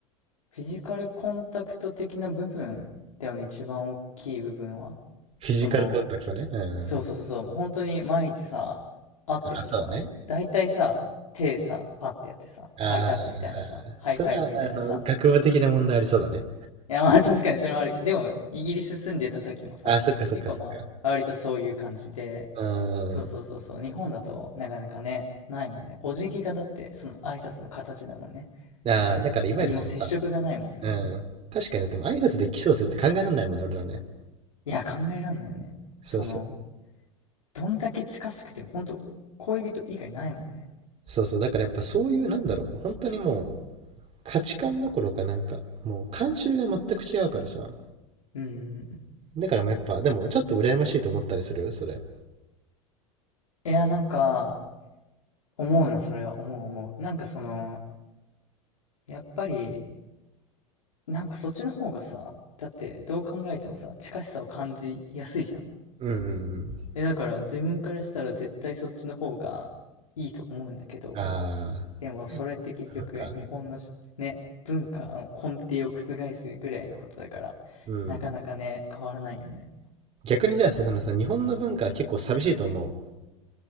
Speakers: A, on the left; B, on the right.
A: フィジカルコンタクト的な部分だよね。一番大きい部分は。
B: フィジカルコンタクトね。
A: その、
B: うん。
A: そうそうそうそう。本当に毎日さ、会ってもさ、
B: あ、そうね。
A: 大体さ、手さ、パッてやってさ、
B: ああ、
A: ハイタッチみたいなさ、ハイファイブみたいなさ、
B: それは、あの、学部的な問題ありそうだね。
A: いや、まあ確かにそれはあるけど、でも、イギリス住んでた時もさ、
B: ああ、そっかそっかそっか。
A: 結構まあ、割とそういう感じで、
B: うん。
A: そうそうそうそう、日本だとなかなかね、ないもんね。お辞儀がだって、その挨拶の形だもんね。
B: ああ、
A: もう、
B: だからいわゆるそのさ、
A: 何も接触がないもんね。
B: うん。確かに、でも挨拶でキスをするって考えられないもんね、俺らね。
A: いや、考えらんないよね。
B: そうそう。
A: その、どんだけ近しくても、ほんと、恋人以外ないもんね。
B: そうそう。だからやっぱそういう、なんだろう、本当にもう、価値観どころかなんか、もう慣習が全く違うからさ。
A: うんうんうん。
B: だからもうやっぱ、でもちょっと羨ましいと思ったりするそれ。
A: いや、なんか、思うな、それは思う思う。なんかその、やっぱり、なんかそっちの方がさ、だってどう考えてもさ、近しさを感じやすいじゃん。
B: うんうん
A: え、だから自分からしたら絶対そっちの方がいいと思うんだけど、
B: うん。ああ。
A: でもそれって結局日本のしね、
B: はいそっか。
A: 文化の根底を覆すぐらいのことだから、
B: うん。
A: なかなかね、変わらないよね。
B: 逆にじゃあさ、そのさ、日本の文化は結構寂しいと思